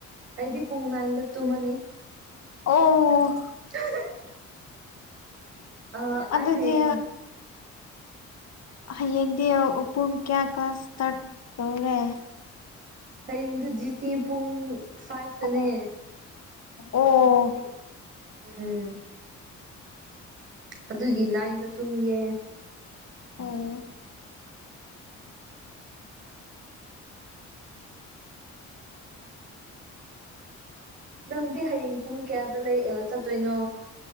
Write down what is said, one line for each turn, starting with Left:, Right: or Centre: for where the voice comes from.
Right: ꯑꯩꯗꯤ ꯄꯨꯡ ꯅꯥꯏꯟꯗ ꯇꯨꯝꯃꯅꯤ
Left: ꯑꯣ
Right: <unintelligible> ꯑ
Left: ꯑꯗꯗꯤ
Right: ꯑꯩ ꯍꯌꯦꯡ
Left: ꯍꯌꯦꯡꯗꯤ ꯎꯄꯨꯡ ꯀꯌꯥ ꯀ꯭ꯂꯥꯁ ꯏꯁꯇꯥꯔꯠ ꯇꯧꯔꯦ
Right: ꯍꯌꯦꯡꯗꯨꯖꯤꯗꯤꯤ ꯄꯨꯡ ꯐꯥꯏꯚꯇꯅꯦ
Left: ꯑꯣ ꯑꯣ
Right: ꯎꯝ ꯑꯗꯨꯒꯤ ꯅꯥꯏꯟꯗ ꯇꯨꯝꯒꯦ
Left: ꯑꯣ
Right: ꯅꯪꯗꯤ ꯍꯌꯦꯡ ꯄꯨꯡ ꯀꯌꯥꯗ ꯂꯩ ꯆꯠꯇꯣꯏꯅꯣ